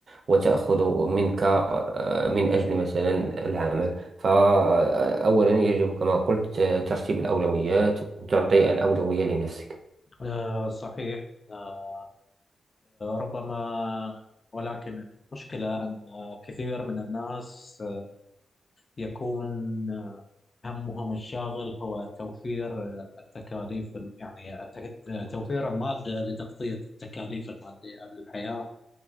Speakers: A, on the right (about 55°); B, on the left (about 30°).
A: وتأخذ منك آه، من أجل مثلا العمل فأولا يجب كما قلت آه، ترتيب الأولويات تعطي الأولوية لنفسك
B: آه، صحيح آه، ربما ولكن المشكلة أن كثير من الناس يكون آه، همهم الشاغل هو توفير آه، التكاليف ال- يعني آه، التك- آه، توفير المادة لتغطية التكاليف المادية للحياة